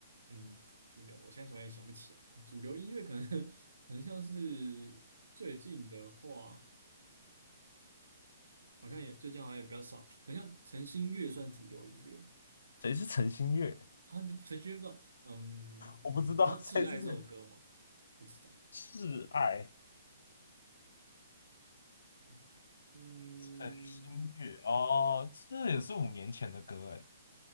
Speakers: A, on the right; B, on the left.
A: 嗯，主流，我现在突然也想不起来，主流音乐可能 <laughs> 可能像是最近的话，好像也最近好像也比较少，可能像陈星月算主流音乐吗？
B: 谁是陈星月？
A: 他陈星月不知道，嗯嗯，
B: 我不知道
A: 你知道《挚爱》这首歌吗？
B: <laughs> 谁是谁。
A: 不知道，
B: 挚爱
A: 嗯，嗯
B: 陈星月哦，这也是五年前的歌哎。